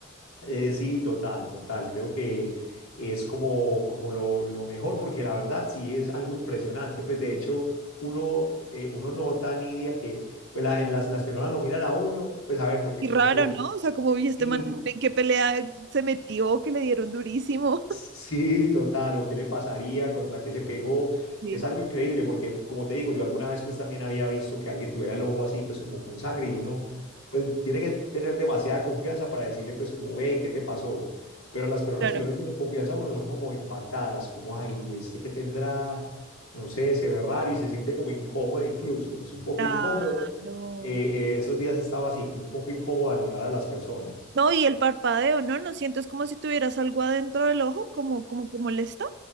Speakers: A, on the left; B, on the right.
A: Eh, sí, total, total. Creo que es como, como lo, lo mejor, porque la verdad sí es algo impresionante. Pues de hecho, uno, eh, uno nota, Nidia, que pues, la- las, las personas lo miran a uno, pues a ver, porque
B: Y
A: como
B: raro,
A: te...
B: ¿no? O sea, como vi este
A: Sí,
B: man en qué pelea se metió, que le dieron durísimo.
A: Sí,
B: <laughs>
A: total, o qué le pasaría, contra qué se pegó.
B: Sí,
A: Es algo increíble porque, como te digo, yo alguna vez pues también había visto que alguien tuviera el ojo así pues como con sangre y uno pues tiene que tener demasiada confianza para decirle pues como, ve, ¿qué te pasó? Pero las personas
B: claro.
A: que no le tienen confianza a uno son como impactadas, como, ay, ¿y este que tendrá, no sé, se ve raro y se siente como incómodo incluso, es un poco
B: Claro.
A: incómodo. Eh, eh, esos días estaba así, como un poco incómodo al mirar a las personas.
B: No, y el parpadeo, ¿no? ¿No sientes como si tuvieras algo adentro del ojo? Como, como, como molesta.